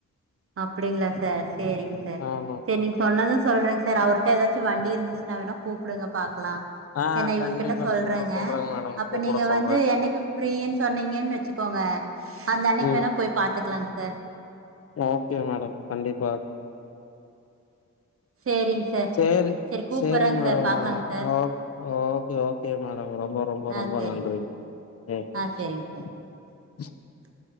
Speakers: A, on the right (about 50°); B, on the left (about 55°).
A: அப்படிங்களா சார் சேரிங் சார்
B: ஆமா
A: சேரி நீங்க சொன்னது சொல்றேங்க சார் அவர்ட்ட எதாச்சு வண்டி இருந்துச்சுன்னா வேண்ணா கூப்டுங்க பா க்கலா
B: ஆ
A: சேரி இவங்ககிட்ட
B: கண்டிப்பா
A: சொல்றேங்க
B: கூப்ட மேடம்
A: அப்ப
B: கூப்ட
A: நீங்க
B: சொல்றே
A: வந்து என்னைக்கு ஃப்ரீன்னு சொன்னீங்கன்னு வச்சுக்கோங்க அந்த அன்னக்கி
B: ம்
A: வேண்ணா போய் பாத்துக்கலாங் சார்
B: ஓகே மேடம் கண்டிப்பா.
A: சேரிங் சார்
B: சேரி
A: கூப்பறேங்க
B: சேரிங்க மேடம்
A: சார் பாக்கலாங்
B: ஆ
A: sir
B: okay okay okay madam ரொம்ப ரொம்ப
A: ஆ
B: ரொம்ப
A: சேரிங்க
B: நன்றிங் சேரி
A: ஆ சேரிங்க சார் <inaudible>